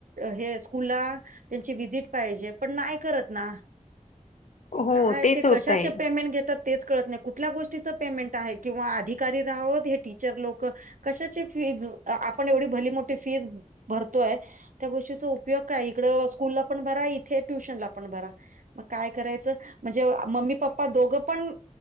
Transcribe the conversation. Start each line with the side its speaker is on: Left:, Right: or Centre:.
Right: हे. स्कूलला त्यांची व्हिसिट पाहिजे पण नाही करत ना.
Left: हो
Right: काय
Left: तेच
Right: ते
Left: होतंय.
Right: कशाचे पेमेंट घेतात. तेच कळत नाही कुठल्या गोष्टीचं पेमेंट आहे किंवा अधिकारी राहावत हे टीचर लोक. कशाची फीज आपण एवढी भली मोठी फीज भरतोय त्या गोष्टी उपयोग. उपयोग काय इकड स्कूलला पण भरा इथे ट्युशन ला पण भरा. मग काय करायचं म्हणजे मम्मी पप्पा दोघं पण